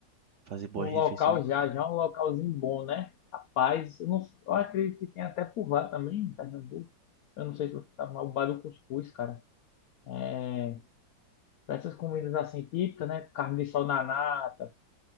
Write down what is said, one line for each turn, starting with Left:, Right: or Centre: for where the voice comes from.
Right: fazer boas
Left: Um local
Right: refeições?
Left: já, já é um localzinho bom, né? Rapaz, eu, não, eu acredito que tem até por lá também, em Pernambuco. Eu não sei se você sabe, mas o bar do cuscuz, cara. É, essas comidas assim típicas, né? Carne de sol na nata,